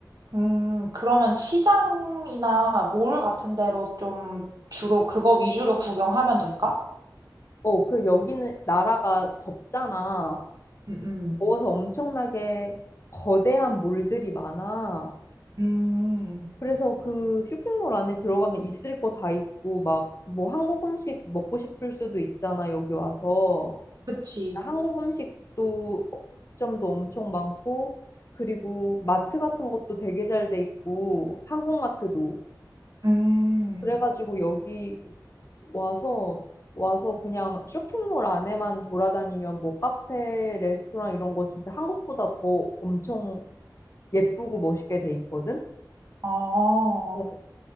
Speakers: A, on the right; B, on the left.
A: 음, 그러면 시장이나 몰 같은 데로 좀 주로 그거 위주로 구경하면 될까?
B: 어, 그 여기는 나라가 덥잖아.
A: 음,
B: 더워서 엄청나게 거대한 몰들이 많아.
A: 음, 음,
B: 그래서 그 쇼핑몰 안에 들어가면 있을 거 다 있고, 막 뭐 한국 음식 먹고 싶을 수도 있잖아, 여기 와서.
A: 그치.
B: 한국 음식도 점도 엄청 많고, 그리고 마트 같은 것도 되게 잘 돼 있고, 한국 마트도.
A: 음,
B: 그래가지고 여기 와서 와서 그냥 쇼핑몰 안에만 돌아다니면 뭐 카페, 레스토랑 이런 거 진짜 한국보다 더 엄청 예쁘고 멋있게 돼 있거든.
A: 아,
B: 어,